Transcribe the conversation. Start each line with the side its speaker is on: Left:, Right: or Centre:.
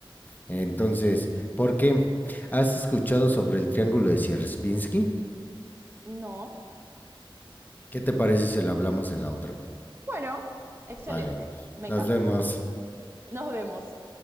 Left: Entonces, ¿por qué? ¿Has escuchado sobre el triángulo de Sierpinski?
Right: No,
Left: ¿Qué te parece si lo hablamos en la otra? co-
Right: bueno, excelente,
Left: Vale,
Right: me
Left: nos
Right: encanta.
Left: vemos.
Right: Nos vemos.